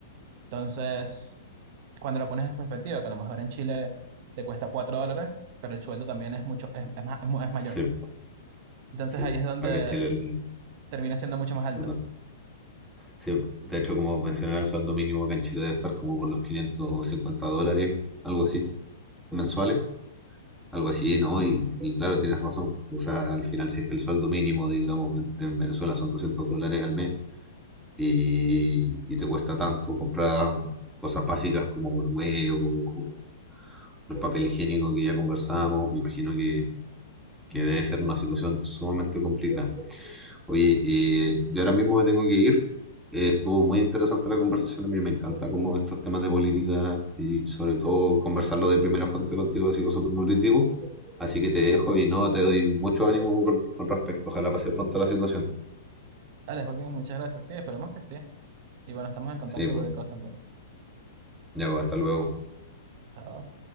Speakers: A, on the right; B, in the centre.
A: Entonces, cuando lo pones en perspectiva, que a lo mejor en Chile te cuesta 4 dólares, pero el sueldo también es mucho, es, es ma- es mu- es mayor.
B: Sí,
A: Entonces
B: sí.
A: ahí es donde
B: Acá en Chile, el,
A: termina siendo mucho más alto.
B: perdón. Sí, de hecho, como mencionaba, el sueldo mínimo acá en Chile debe estar como por los 550 dólares, algo así, mensuales. Algo así, ¿no? Y, y claro, tienes razón. O sea, al final, si es que el sueldo mínimo, digamos, en en Venezuela son 200 dólares al mes y, y te cuesta tanto comprar cosas básicas como el huevo o o el papel higiénico que ya conversábamos, me imagino que, que debe ser una situación sumamente complicada. Oye, eh, yo ahora mismo me tengo que ir. Eh, estuvo muy interesante la conversación. A mí me encanta como estos temas de política y sobre todo conversarlo de primera fuente contigo ha sido súper nutritivo. Así que te dejo y no, te doy mucho ánimo con, con respecto. Ojalá pase pronto la situación.
A: Dale, Joaquín, muchas gracias. Sí, esperemos que sí. Y bueno, estamos en contacto
B: Sí, pues,
A: por el cosa entonces.
B: ya, pues, hasta luego.
A: Chao.